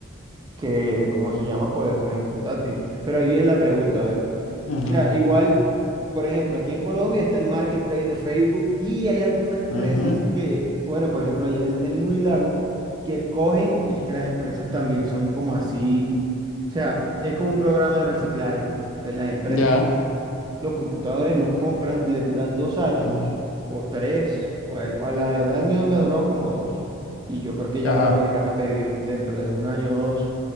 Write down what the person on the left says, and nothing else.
Ujú,
ujú,
Ya.
ujú,
Ajá.